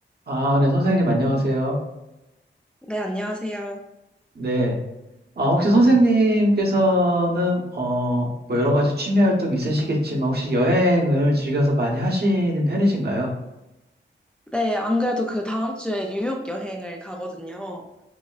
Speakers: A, on the right; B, in the centre.
A: 아, 네, 선생님, 안녕하세요.
B: 네, 안녕하세요.
A: 네. 아, 혹시 선생님께서는, 어, 뭐 여러 가지 취미 활동 있으시겠지만, 혹시 여행을 즐겨서 많이 하시는 편이신가요?
B: 네, 안 그래도 그 다음 주에 뉴욕 여행을 가거든요.